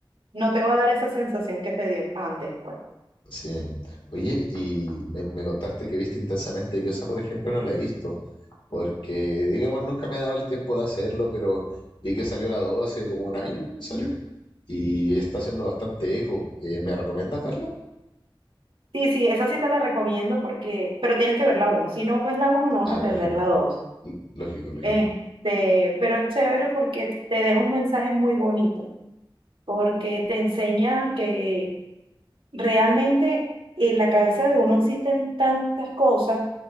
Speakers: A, on the right (about 85°); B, on the left (about 70°).
A: no te va a dar esa sensación que te dio antes, pues.
B: Sí. Oye, y me, me contaste que viste intensamente. y Yo esa, por ejemplo, no la he visto. Porque, digamos, nunca me he dado el tiempo de hacerlo, pero vi que salió la 2 hace como un año que salió. Y está haciendo bastante eco. Eh, ¿me recomiendas verla?
A: Sí, sí, esa sí te la recomiendo porque, pero tienes que ver la 1. Si no ves la uno no vas
B: Ah,
A: a entender
B: lógico.
A: la dos,
B: L- Lógico, lógico.
A: Este, pero es chévere porque te deja un mensaje muy bonito, porque te enseña que realmente en la cabeza de uno existen tantas cosas,